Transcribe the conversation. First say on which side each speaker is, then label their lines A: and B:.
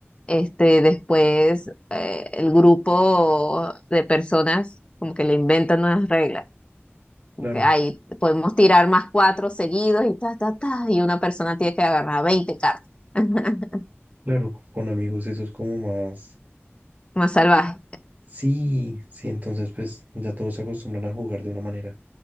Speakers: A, on the left (about 25°); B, on the right (about 40°).
A: este después eh, el grupo de personas como que le inventan nuevas reglas. Como
B: Claro,
A: que ay, podemos tirar más cuatro seguidos y ta, ta, ta, y una persona tiene que agarrar 20 cartas. <laughs>
B: Claro, con amigos eso es como más...
A: Más salvaje.
B: Sí, sí, entonces pues ya todos se acostumbran a jugar de una manera.